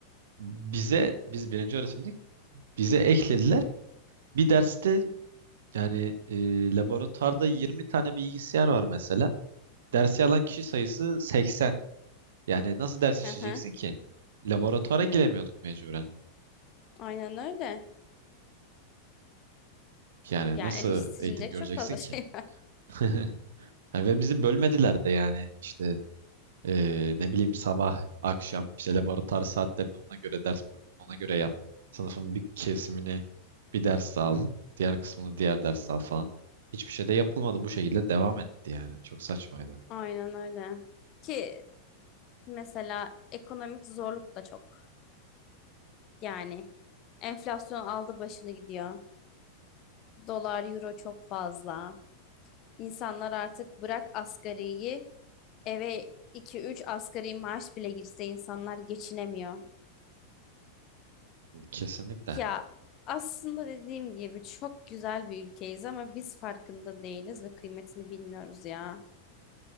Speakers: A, on the right; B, on the left.
A: bize biz birinci öğretimdik bize eklediler bir derste yani e, laboratuvarda 20 tane bilgisayar var mesela dersi alan kişi sayısı 80 yani nasıl ders işleyeceksin
B: Hı hı.
A: ki laboratuvara giremiyorduk mecburen
B: Aynen öyle.
A: yani
B: Yani
A: nasıl
B: eleştirilecek
A: eğitim göreceksin
B: çok fazla
A: ki
B: şey var.
A: <laughs> Yani ve bizi bölmediler de yani işte Ee, ne bileyim sabah, akşam işte laboratuvar saatlerini ona göre ders programını ona göre yap. Sınıfın bir kesimini bir ders al, diğer kısmını diğer ders al falan. Hiçbir şey de yapılmadı. Bu şekilde devam etti yani. Çok saçmaydı.
B: Aynen öyle. Ki mesela ekonomik zorluk da çok Yani enflasyon aldı başını gidiyor. Dolar, euro çok fazla. İnsanlar artık bırak asgariyi eve iki üç asgari maaş bile girse insanlar geçinemiyor.
A: Kesinlikle.
B: Ya aslında dediğim gibi çok güzel bir ülkeyiz ama biz farkında değiliz ve kıymetini bilmiyoruz ya.